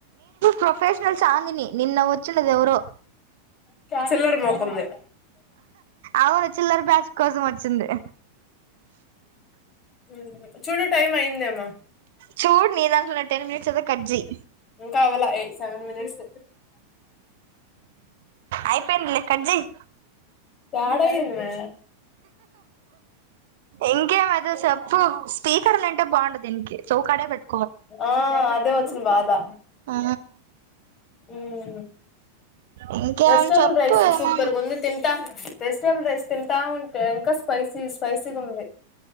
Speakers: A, on the right (about 55°); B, on the left (about 30°).
A: ప్రొఫెషనల్ చాందిని నిన్న వచ్చిండదు ఎవరో
B: చిల్లర్ మోఖంది
A: అవును చిల్లరి బ్యాచ్ కోసం వచ్చింది.
B: మ్మ్ చూడు టైం అయిందేమ్మో
A: చూడ్ నీ దాన్ట్లోనే నెట్ టెన్ మినిట్స్ ఒక కట్ జెయ్
B: ఇంకా అవలా సెవెన్ మినిట్స్
A: అయిపోయిందిలే కట్ జెయ్
B: యాడయ్యింది మే
A: ఇంకేం అయితే చెప్ ప్పు స్పీకర్ ఉన్నింటుంటే బాగుండు దీనికి చౌకాడే పెట్
B: ఓ అద్ అదే వచ్చును బాధా
A: ఆ
B: మ్మ్
A: ఇంకేం
B: వెజిటేబుల్
A: చెప్పు
B: రైస్
A: ఏమైనా
B: సూపర్గా వుంది తింటాం వెజిటేబుల్ రైస్ తింటా ఉంటే ఇంకా స్ స్పైసీ స్పైసీగా ఉంది